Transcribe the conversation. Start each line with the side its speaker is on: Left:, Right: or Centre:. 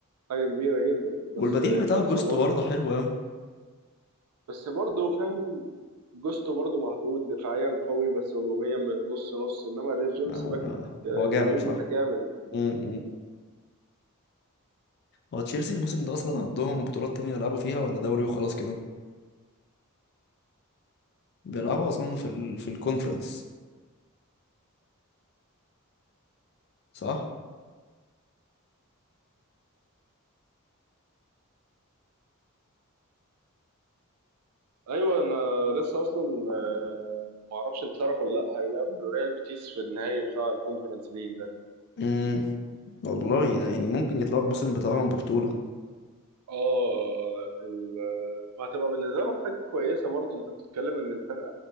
Right: حاجه كبيره جدا بس
Left: والبديل
Right: آه،
Left: بتاع
Right: كاصابات
Left: جوستو برضه حلو قوي
Right: بس برضه فاهم جوستو برضه مهدود دفاعيا قوي بس هجوميا م- نص نص انما ريس جيمس
Left: انا
Right: باك آه،
Left: هو جامد
Right: يمين
Left: بصراحة
Right: متكامل
Left: امم امم. هو تشيلسي الموسم ده اصلا عندهم بطولات تانية يلعبوا فيها ولا دوري وخلاص كده بيلعبوا اظن في ال... في الكونفرنس صح
Right: ايوه انا لسه اصلا آه، معرفش انت تعرف ولا لا هيلعب ريال بيتيس في النهائي بتاع الكونفرنس ليج
Left: امم والله ده يعني ممكن يطلعوا الموسم بتاعهم ببطولة
Right: اه ال... وهتبقى بالنسبه لهم حاجه كويسه برضه انت بتتكلم ان الفرقه